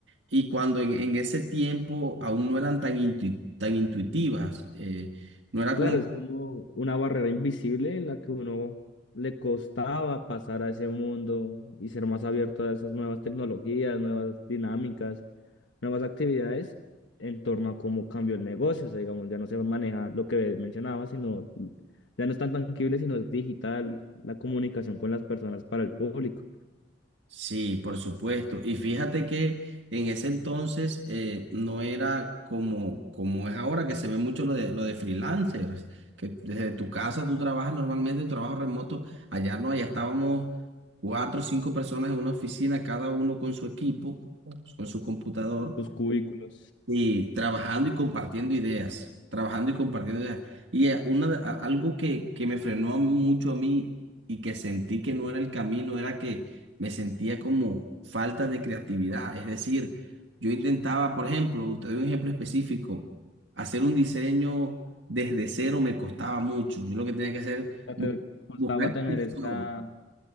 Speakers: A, on the right; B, on the left.
A: Y cuando en, en ese tiempo aún no eran tan, intui- tan intuitivas, eh, no era
B: Claro,
A: como
B: es como una barrera invisible en la que uno le costaba pasar a ese mundo y ser más abierto a esas nuevas tecnologías, nuevas dinámicas, nuevas actividades en torno a cómo cambió el negocio. O sea, digamos, ya no se maneja lo que mencionaba, sino ya no es tan tangible, sino es digital, la comunicación con las personas para el público,
A: Sí, por supuesto. Y fíjate que en ese entonces eh, no era como, como es ahora, que se ve mucho lo de, lo de freelancers, que desde tu casa tú trabajas normalmente, tu trabajo remoto, allá no, allá estábamos cuatro o cinco personas en una oficina, cada uno con su equipo, con su computador.
B: sus cubículos.
A: Y trabajando y compartiendo ideas, trabajando y compartiendo ideas. Y eh, una, de- a- algo que, que me frenó mucho a mí y que sentí que no era el camino era que me sentía como falta de creatividad. Es decir, yo intentaba, por ejemplo, te doy un ejemplo específico, hacer un diseño desde cero me costaba mucho. Yo lo que tenía que hacer,
B: sea, te
A: bu-
B: costaba
A: buscar inspiración.
B: tener esa,